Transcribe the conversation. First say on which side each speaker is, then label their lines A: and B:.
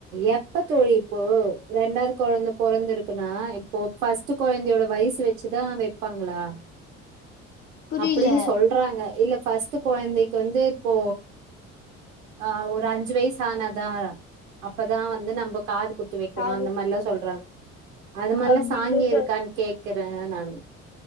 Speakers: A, on the right; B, on the left.
A: எப்ப தோழி இப்போ ரெண்டாவது கொழந்த பொறந்து இருக்குன்னா இப்போ பஸ்ட்டு கொழந்தையோட வயசு வச்சுதா வைப்பாங்களா
B: புரியல
A: அப்டின்னு சொல்றாங்க இல்ல பஸ்ட்டு கொழந்தைக்கு வந்து இப்போ ஆ ஒரு அஞ்சு வயசு ஆனாதா அப்பதா வந்து நம்ம காது குத்து வெக்கனு
B: பாது
A: அந்த மாரில்லா சொல்றாங் அது மாரிலா
B: அப்டி
A: சாங்கிய
B: இல்ல தோ
A: இருக்கான் கே க்கற நானு